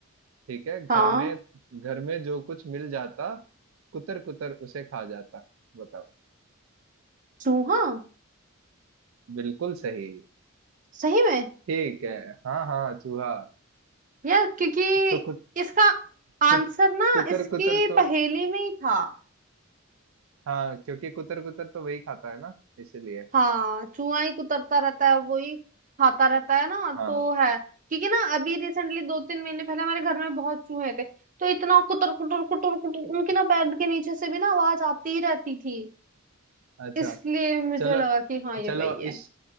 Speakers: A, on the right (about 70°); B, on the right (about 40°).
A: ठीक है घर
B: हाँ
A: में घर में जो कुछ मिल जाता कुतर कुतर उसे खा जाता बताओ
B: चूहा
A: बिल्कुल सही
B: सही में
A: ठीक है हाँ हाँ चूहा
B: यार क्योंकि
A: तो कुत
B: इसका
A: कुत
B: आंसर ना
A: कुतर
B: इसकी
A: कुतर तो
B: पहेली में ही था
A: हाँ क्योंकि कुतर कुतर तो वही खाता है ना इसीलिए
B: हाँ चूहा ही कुतरता रहता है वही खाता रहता है ना
A: हाँ
B: तो है क्योंकि ना अभी रिसेंटली दो तीन महीने पहले हमारे घर में बहुत चूहे थे तो इतना कुतर कुतर कुतर कुतर उनके ना पैर के नीचे से भी ना आवाज आती ही रहती थी
A: अच्छा
B: इसलिए मुझे
A: चलो
B: लगा कि हाँ ये
A: चलो
B: वही है
A: इस